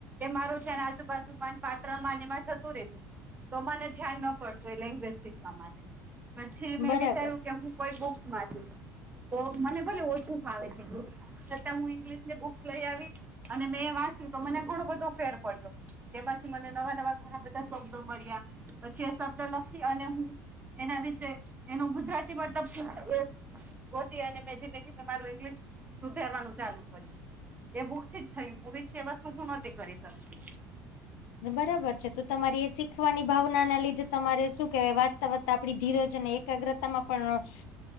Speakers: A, on the right; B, on the left.
A: એ માર ધ્યાન આજુબાજુમાં પાત્ર માનેમાં જાતું રહેતું. તો મને ધ્યાન ના પડતું એ લેંગ્વેજ શીખવા માટે પછી મેં
B: બરાબર
A: વિચાર્યું કે હું કોઈ બુક વાચુ તો મને ભલે ઓછું ફાવે છે. છતાં હું ઇંગ્લિશ ની બુક્સ લઈ આવી અને મેં વાંચ્યું તો મને ઘણો બધો ફેર પડ્યો તેમાંથી મને નવા નવા ઘણા બધા શબ્દો મળ્યા પછી એ શબ્દ લખી અને હું એના વિશે એનું ગુજરાતી મતલબ ગોતી અને મેં ધીમે ધીમે મારું ઇંગ્લિશ સુધારવાનું ચાલુ કર્યું. એ બુક થી જ થયું ભવ છે એ વસ્તુ શું નથી કરી શકતી.
B: બરાબર છે તો તમારી એ શીખવાની ભાવના ના લીધે તમારે શું કેહેવાય વાચતા વાચતા આપડી ધીરજને એકાગ્રતામાં પણ